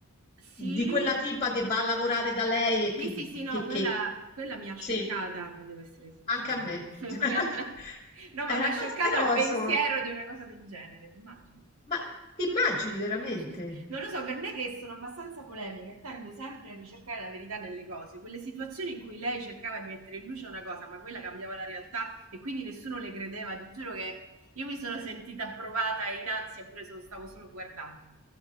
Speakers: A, on the right; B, on the left.
A: Sì.
B: Di quella tipa che va a lavorare da lei e
A: Sì,
B: che
A: sì, sì, no,
B: che che
A: quella, quella mi ha scioccata,
B: sì,
A: devo essere sincera.
B: anche a me.
A: <laughs>
B: <laughs>
A: No,
B: Era
A: ma mi ha
B: abbas
A: scioccato
B: però
A: il pensiero
B: insomma,
A: di una cosa del genere, immagini.
B: ma ti immagini veramente?
A: <laughs> Non lo so, per me che sono abbastanza polemica e tendo sempre a ricercare la verità nelle cose, quelle situazioni in cui lei cercava di mettere in luce una cosa, ma quella cambiava la realtà e quindi nessuno le credeva, ti giuro che io mi sono sentita provata e in ansia pure se lo stavo solo guardando.